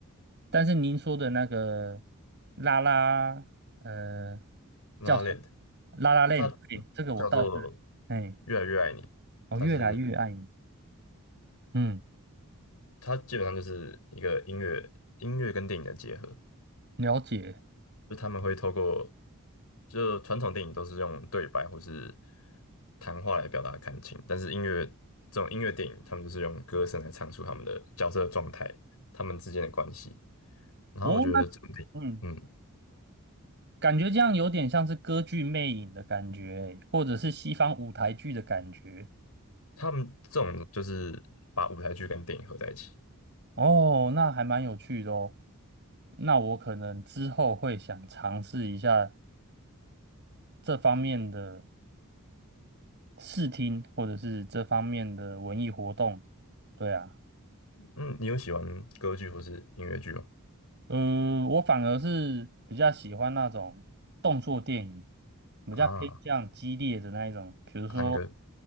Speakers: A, on the right (about 50°); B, on the left (about 85°).
A: 但是您说的那个拉拉，呃，
B: 拉
A: 叫什么？
B: a La Land，
A: 拉拉链，
B: 它
A: 对，这个我倒是，
B: 叫做
A: 哎，
B: 《越来越爱你》，
A: 我越来越爱你，
B: 它是
A: 嗯。
B: 它基本上就是一个音乐音乐跟电影的结合，
A: 了解。
B: 就他们会透过就传统电影都是用对白或是谈话来表达感情，但是音乐这种音乐电影，他们就是用歌声来唱出他们的角色的状态，他们之间的关系。然后我觉得这种电影嗯，
A: 哦，那嗯，感觉这样有点像是歌剧魅影的感觉欸或者是西方舞台剧的感觉。
B: 他们这种就是把舞台剧跟电影合在一起。
A: 哦，那还蛮有趣的哦。那我可能之后会想尝试一下这方面的视听，或者是这方面的文艺活动。对啊。
B: 嗯，你有喜欢歌剧或是音乐剧吗？
A: 呃，我反而是比较喜欢那种动作电影，比较偏向激烈的那一种，
B: 啊，
A: 比如说
B: 探戈，